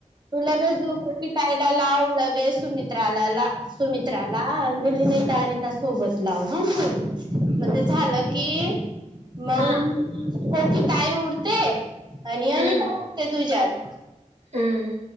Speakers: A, on the right; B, on the right.
A: तू लगेच दु <unintelligible> ताईला लाव, लगेच सुमित्राला ला सुमित्राला, अंजली, निता आणि त्या सोबत लाव हा फोन, मग ते झालं की मंग
B: हा
A: कोकी ताई उरते. आणि अनिता
B: हम्म
A: उरतेत तुज्या आदी
B: हम्म